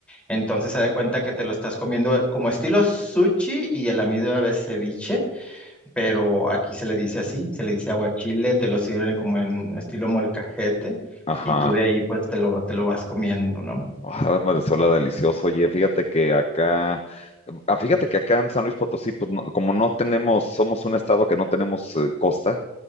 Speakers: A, in the centre; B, on the left (about 30°).
A: Entonces se da cuenta que te lo estás comiendo como estilo sushi y el amigo de ceviche, pero aquí se le dice así, se le dice aguachile, te lo sirven como en estilo molcajete
B: Ajá.
A: y tú de ahí pues te lo, te lo vas comiendo, ¿no?
B: Ah, Marisol, delicioso. Oye, fíjate que acá, ah, fíjate que acá en San Luis Potosí, pues no- como no tenemos, somos un estado que no tenemos eh, costa,